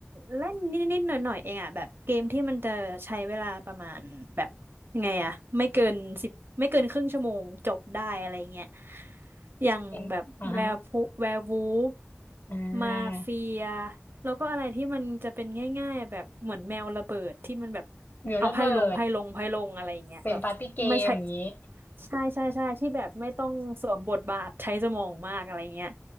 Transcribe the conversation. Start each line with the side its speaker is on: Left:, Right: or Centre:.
Right: เล่นนิดๆหน่อยๆเองอ่ะแบบเกมที่มันจะใช้เวลาประมาณแบบยังไงอ่ะไม่เกินสิบไม่เกินครึ่งชั่วโมงจบได้อะไรเงี้ยอย่างแบบแวร์พูแวร์วูฟ
Left: เป็นอ่าฮะอ่
Right: มาเฟีย
Left: า
Right: แล้วก็อะไรที่มันจะเป็นง่ายๆแบบเหมือนแมวระเบิดที่มันแบบ
Left: เหมียวระเบิด
Right: เอาไพ่ลงไพ่ลงไพ่ลงอะไรเงี้ยแบบไม่ใช่
Left: เป็นปาร์ตี้เกมอย่างนี้
Right: ใช่ใช่ใช่ที่แบบไม่ต้องสวมบทบาทใช้สมองมากอะไรเงี้ย